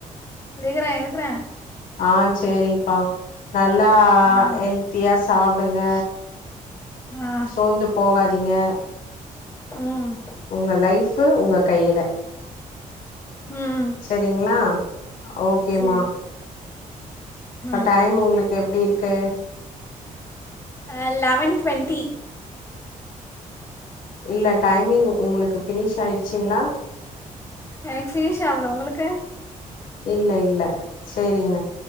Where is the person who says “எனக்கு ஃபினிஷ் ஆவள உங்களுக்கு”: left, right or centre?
Left